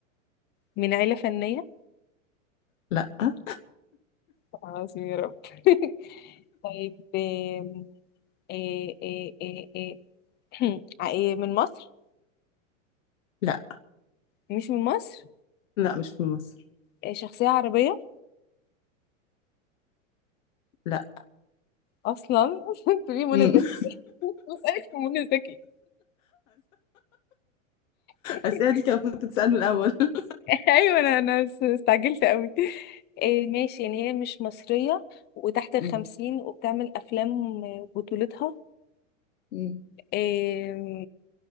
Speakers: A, on the left (about 25°); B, on the left (about 75°).
A: من عيلة فنية
B: لا أه؟
A: طبعا عظيم يا رب <laughs> طيب آم، آه، آه، آه، آه، <clears throat> آه، إيه، من مصر
B: لا
A: مش من مصر
B: لا مش من مصر
A: آه، شخصية عربية
B: لا
A: أصلا <laughs> تقولي منى
B: <laughs>
A: زكي <laughs> بسألك في منى زكي <laughs>
B: الأسئلة دي كان كنت تسأله الأول <laughs>
A: أيوة أنا أنا س- استعجلت قوي آه، ماشي يعني هي مش مصرية وتحت الخمسين
B: امم
A: وبتعمل أفلام بطولتها
B: امم
A: آم،